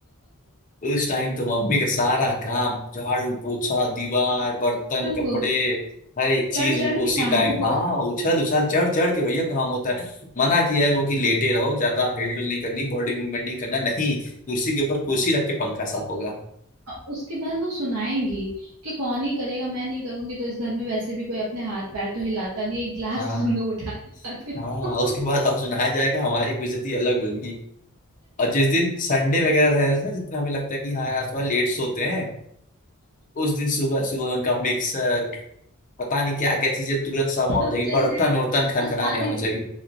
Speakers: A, on the left (about 35°); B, on the right (about 75°).
A: उस टाइम तो मम्मी का सारा काम झाड़ू पोछा दीवार बर्तन
B: सब
A: कपड़े हर एक चीज
B: चढ़ चढ़
A: उनको
B: के
A: उसी
B: काम
A: टाइम
B: होगा
A: हाँ उछल उछल चढ़ चढ़ के भैया काम होता है मना किया है वो कि लेटे रहो ज्यादा हिलडुल नहीं करनी बॉडी मूवमेंट नहीं करना नहीं कुर्सी के ऊपर कुर्सी रख के पंखा साफ होगा
B: और उसके बाद वो सुनाएंगी कि कौन ही करेगा मैं नहीं करूंगी तो इस घर में वैसे भी कोई अपने हाथ पैर तो हिलाता नहीं एक गिलास
A: हाँ
B: तो तुम लोग उठा नहीं पाते
A: हाँ
B: हो
A: उसके बाद और सुनाया जाएगा हमारी बेइज्जती अलग होगी और जिस दिन संडे वगैरह रह रहा है ना जितना हमें लगता है कि हाँ रात भर लेट सोते हैं उस दिन सुबह सुबह उनका मिक्सर पता नहीं क्या क्या चीजें तुरंत सब होना
B: सब
A: चाहिए
B: चल
A: बर्तन
B: जाएगा
A: उर्तन खनखनाने
B: और सारे
A: होना चाहिए